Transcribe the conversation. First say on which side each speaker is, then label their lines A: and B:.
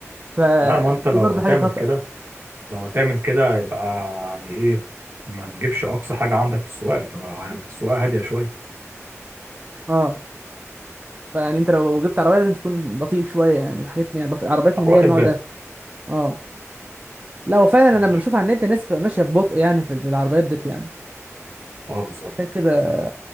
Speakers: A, on the right; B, on the right.
A: فدي
B: لا ما انت لو
A: برضو
B: هتعمل
A: حاجه خطر
B: كده لو هتعمل كده يبقى يعني ايه ما تجيبش اقصى حاجة عندك في السواقة تبقى السواقة هادية شوية
A: اه فيعني انت لو جبت عربيه لازم تكون بطيء شويه يعني حاجات يعني بطيء عربيات من اللي
B: واخد
A: هي النوع
B: بالك
A: ده اه لا وفعلا
B: ماشي
A: انا لما بشوف على النت الناس بتبقى ماشيه ببطء يعني في العربيات ديت يعني
B: اه بالظبط
A: عشان كده